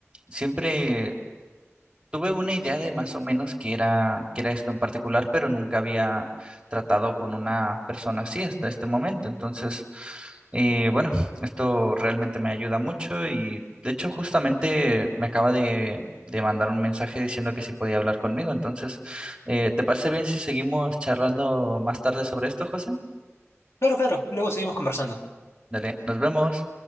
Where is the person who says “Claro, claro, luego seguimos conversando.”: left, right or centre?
Left